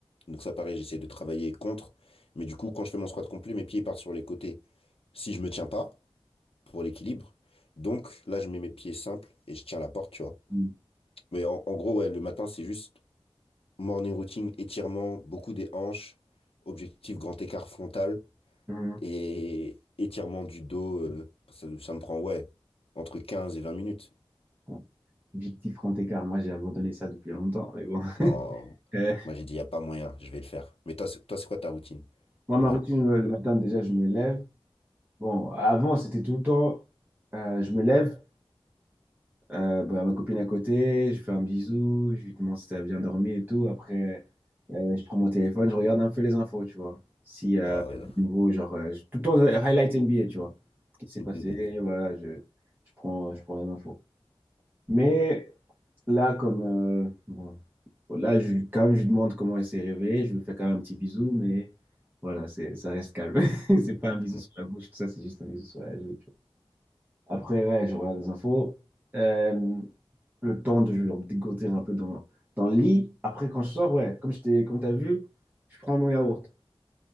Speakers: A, on the left (about 75°); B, on the right (about 20°).
A: Donc ça, pareil, j'essaie de travailler contre. Mais du coup, quand je fais mon squat complet, mes pieds partent sur les côtés. Si je me tiens pas, pour l'équilibre. Donc là, je mets mes pieds simples et je tiens la porte, tu vois.
B: Mhm.
A: Mais en, en gros, ouais, le matin, c'est juste morning routine, étirement, beaucoup des hanches, objectif grand écart frontal.
B: Mhm.
A: et étirement du dos, euh, ça, ça me prend, ouais, entre 15 et 20 minutes.
B: Bon, Objectif grand écart, moi, j'ai abandonné ça depuis longtemps, mais bon. <laughs>
A: Non,
B: Eh,
A: moi j'ai dit, il n'y a pas moyen, je vais le faire. Mais toi, c'est- toi, c'est quoi ta routine
B: Moi,
A: le
B: ma
A: matin?
B: routine le le matin, déjà, je me lève. Bon, avant, c'était tout le temps, euh, je me lève, euh, bah, ma copine à côté, je fais un bisou, je lui demande si t'as bien dormi et tout. Après, euh, je prends mon téléphone, je regarde un peu les infos, tu vois. Si euh,
A: Ah
B: il
A: ouais,
B: y a
A: non.
B: du nouveau, genre, euh, je- tout le temps, euh, highlight NBA, tu vois. quest Ce
A: Mm,
B: qui s'est passé,
A: mm,
B: voilà, je, je prends, je prends les infos. Mais là, comme, euh, bon, bon, là, je, quand même, je lui demande comment elle s'est réveillée, je lui fais quand même un petit bisou, mais voilà, c'est, ça reste calme. <laughs> C'est pas un bisou
A: mm, mm.
B: sur la bouche, tout ça, c'est juste un bisou sur la joue. Après, ouais, je regarde les infos. Euh, le temps de genre, dégoter un peu dans, dans le lit. Après, quand je sors, ouais, comme je t'ai, comme t'as vu, je prends mon yaourt.